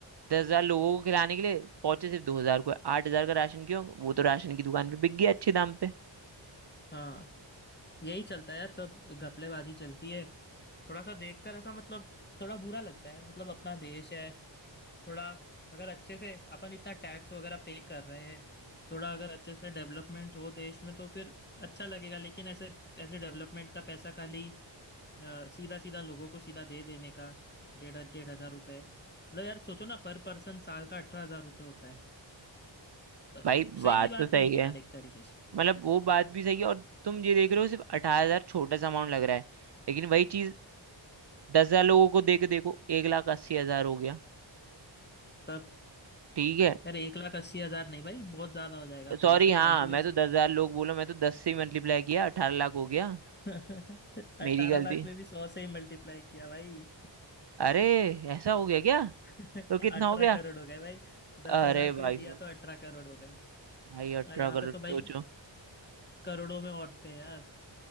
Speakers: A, on the right (about 60°); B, on the left (about 20°).
A: दस हजार लोगों को खिलाने के लिए पहुंचे सिर्फ दो हजार को आठ हजार का राशन क्यों वो तो राशन की दुकान पे बिक गया अच्छे दाम पे
B: हाँ यही चलता है यार सब घपलेबाजी चलती है थोड़ा सा देखकर ऐसा मतलब थोड़ा बुरा लगता है यार मतलब अपना देश है थोड़ा अगर अच्छे से अपन इतना टैक्स वगैरह पे कर रहे हैं थोड़ा अगर अच्छे से डेवलपमेंट हो देश में तो फिर अच्छा लगेगा लेकिन ऐसे ऐसे डेवलपमेंट का पैसा खाली सीधा सीधा लोगों को सीधा दे देने का डेढ़ डेढ़ हजार रुपए मतलब यार सोचो ना पर पर्सन साल का अठारह हजार रुपये होता है अ,
A: भाई बात
B: सही बात
A: तो सही
B: नहीं है
A: है
B: यार एक तरीके से
A: मतलब वो बात भी सही है और तुम ये देख रहे हो सिर्फ अठारह हजार छोटा सा अमाउंट लग रहा है लेकिन वही चीज दस हजार लोगों को देके देखो एक लाख अस्सी हजार हो गया
B: तब
A: ठीक है
B: यार एक लाख अस्सी हजार नहीं भाई बहुत ज्यादा हो जाएगा
A: सॉरी
B: थोड़ा सा
A: हाँ
B: कैलकुलेशन
A: मैं तो दस हजार लोग बोला मैं तो दस से मल्टीप्लाई किया अठारह लाख हो गया
B: <laughs> अठारह
A: मेरी गलती
B: लाख में भी सौ से ही मल्टीप्लाई किया भाई
A: अरे ऐसा हो गया क्या
B: अठारह
A: तो कितना हो गया
B: करोड़ हो गए भाई दस
A: अरे
B: हजार को
A: भाई
B: ही दिया
A: साहब
B: तो अठारह करोड़ हो गए
A: भाई अठारह
B: अरे यहाँ
A: करोड़
B: पे तो
A: सोचो
B: भाई करोड़ों में औरतें हैं यार